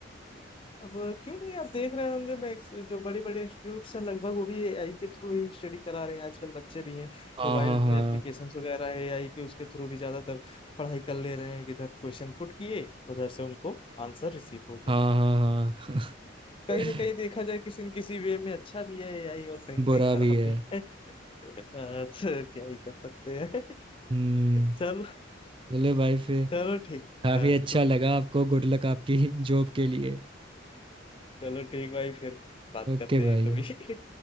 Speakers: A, on the left; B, on the right.
A: अब क्यों नहीं आप देख रहे होंगे मैं एक- जो बड़े बड़े इंस्टीट्यूट्स हैं लगभग वो भी एआई के थ्रू ही स्टडी करा रहे हैं आजकल बच्चे भी हैं
B: हाँ
A: मोबाइल
B: हाँ
A: में
B: हाँ
A: एप्लीकेशंस वगैरह है एआई के उसके थ्रू भी ज्यादातर पढ़ाई कर ले रहे हैं किधर क्वेश्चन पुट किए उधर से उनको आंसर रिसीव हो गया
B: हाँ हाँ हाँ
A: कहीं
B: <laughs>
A: ना कहीं देखा जाए किसी न किसी वे में अच्छा भी है एआई और कहीं ना
B: बुरा
A: कहीं खराब
B: भी है
A: भी है अ, तो क्या ही कर सकते हैं
B: हम्म
A: चलो
B: चलो भाई फिर
A: चलो ठीक
B: काफी
A: हाँ
B: अच्छा लगा आपको गुड लक आपकी <laughs> जॉब के लिए
A: चलो ठीक भाई फिर बात
B: ओके
A: करते
B: भाई
A: हैं कभी